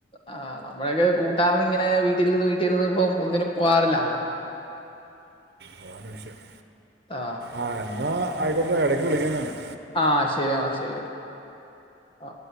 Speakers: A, on the left; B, on the right.
A: ആ നമ്മളക്കെ കൂട്ടുകാരനിങ്ങനെ വീട്ടിലിരുന്ന് വീട്ടിലിരുന്ന് ഇപ്പൊ ഒന്നിനും പോവാറില്ല.
B: അതാണ് വിഷയം.
A: ആഹ്
B: ആ എന്നാ ആയിക്കോട്ടട ഇടക്ക് വിളിക്കാം നിന്നെ.
A: ആ ശരി ആ ശരി ആ